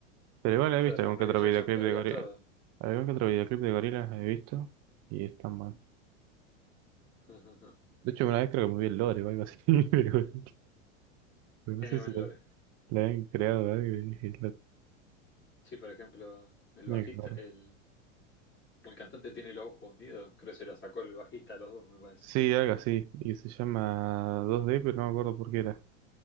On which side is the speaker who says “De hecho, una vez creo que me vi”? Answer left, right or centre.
Right